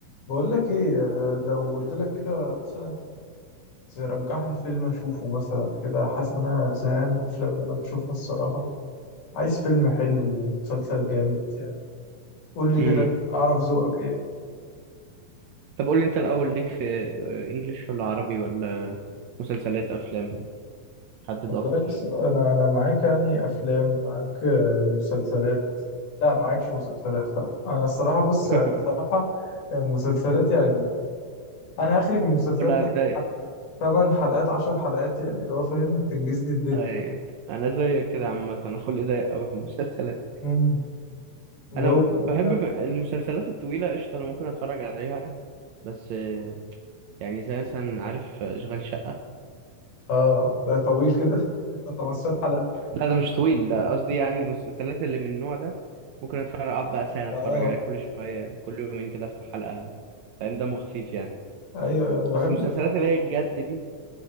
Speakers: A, on the left (about 85°); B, on the right (about 65°).
A: بقول لك ايه آه، لو قلت لك كده مثلا ترجح لي فيلم اشوفه مثلا كده حاسس ان انا زهقان من الافلام اللي انا بشوفها الصراحه عايز فيلم حلو ومسلسل جامد يعني قول لي
B: امم
A: كده اعرف ذوقك ايه
B: طب قول لي انت الاول ليك في آه، انجليش ولا عربي ولا مسلسلات افلام حدد
A: والله
B: اكتر
A: بص انا انا معاك يعني افلام معاك آه، مسلسلات لا معاكش مسلسلات لا انا الصراحه بص
B: <laughs>
A: يعني الصراحه آه، مسلسلات يعني انا اخري في المسلسلات
B: ولا
A: 8
B: اجداي
A: حلقات 8 حلقات 10 حلقات يعني اللي هو فاهم تنجز لي الدنيا
B: اي انا زيك كده عامه انا خلقي ضيق قوي في المسلسلات
A: امم جو
B: انا
A: بقى
B: بحب
A: ان انا
B: في- المسلسلات الطويله قشطه انا ممكن اتفرج عليها بس آه، يعني زي مثلا عارف اشغال شقه
A: اه ده طويل كده <laughs> ده 15 حلقة
B: لا ده مش طويل لا قصدي يعني المسلسلات اللي من النوع ده ممكن اتفرج اقعد بقى سنه
A: اه
B: اتفرج عليها كل شويه كل يومين كده افتح حلقه فاهم دمه خفيف يعني
A: ايوه انا بحب
B: بس المسلسلات
A: الحاجات
B: اللي
A: دي.
B: هي الجد دي